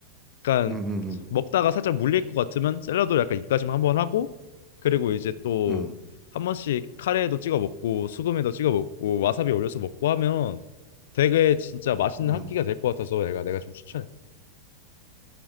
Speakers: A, on the left; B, on the right.
A: 약간
B: 음, 음,
A: 먹다가 살짝 물릴 것 같으면 샐러드 약간 입가심 한번 하고 그리고 이제 또
B: 음,
A: 한 번씩 카레에도 찍어 먹고 수금에도 찍어 먹고 와사비 올려서 먹고 하면 되게 진짜 맛있는
B: 음.
A: 한 끼가 될 것 같아서 내가 내가 좀 추천해.